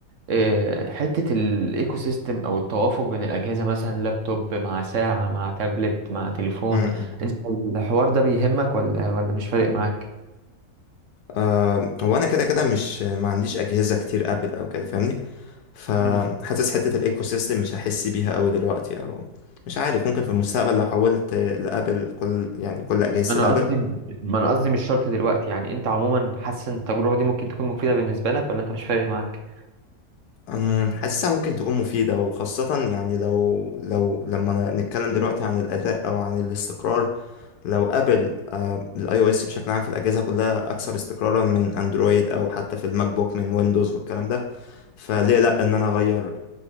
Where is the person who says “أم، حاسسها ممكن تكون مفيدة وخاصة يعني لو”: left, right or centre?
Left